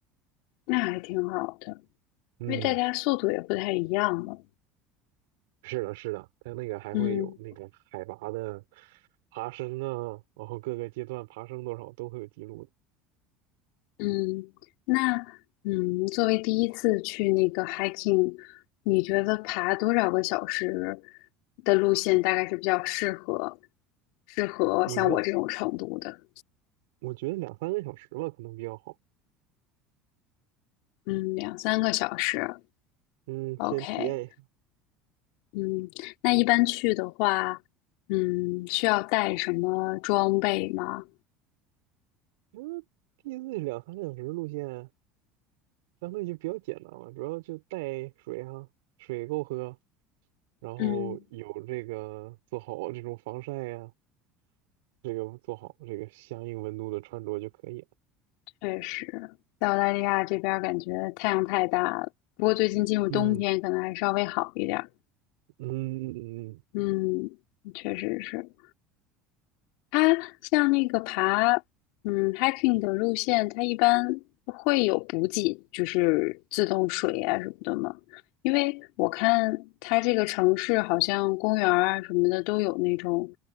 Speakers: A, on the left; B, on the right.
A: 那还挺好的，
B: 嗯，
A: 因为大家速度也不太一样嘛。
B: 是的，是的，它那个还会有那个海拔的
A: 嗯。
B: 爬升啊，然后各个阶段爬升多少都会有记录的。
A: 嗯，那嗯，作为第一次去那个 hiking，你觉得爬多少个小时的路线大概是比较适合适合像我这种程度的？
B: 我觉得我觉得两三个小时吧，可能比较好。
A: 嗯，两三个小时
B: 嗯，
A: ，OK。
B: 先体验一下。
A: 嗯，那一般去的话，嗯，需要带什么装备吗？
B: 嗯一 z 两三个小时路线相对就比较简单嘛，主要就带水啊，水够喝，然后有这个做好这种防晒呀、
A: 嗯，
B: 这个做好这个相应温度的穿着就可以了。
A: 确实，在澳大利亚这边儿感觉太阳太大了，不过最近进入冬天，
B: 嗯
A: 可能还稍微好一点儿。
B: 嗯嗯，
A: 嗯，确实是。它像那个爬，嗯，hiking 的路线，它一般会有补给，就是自动水啊什么的嘛。因为我看它这个城市好像公园儿啊什么的都有那种